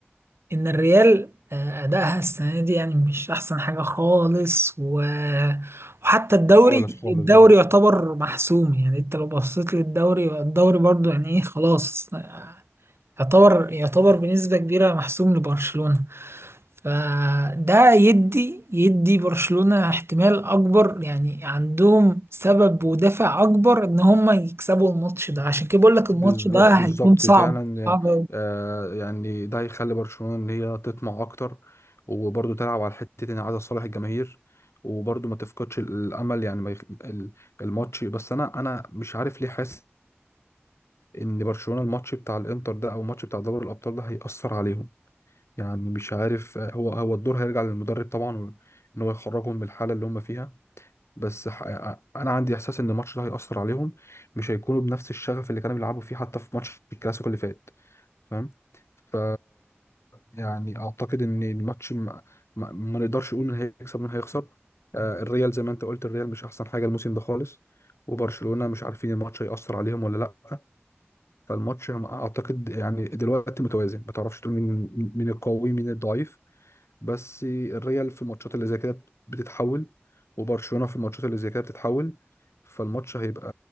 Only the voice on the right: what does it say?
ان الريال آه، ادائها السنة دي يعني مش احسن حاجة خالص و وحتى الدوري
الدوري
يعتبر محسوم يعني انت لو بصيت للدوري الدوري برضو يعني ايه خلاص يعتبر يعتبر بنسبة كبيرة محسوم لبرشلونة فده يدي يدي برشلونة احتمال اكبر يعني عندهم سبب ودافع اكبر ان هم يكسبوا الماتش ده عشان كده بقول لك
الماتش ده
هيكون صعب
صعب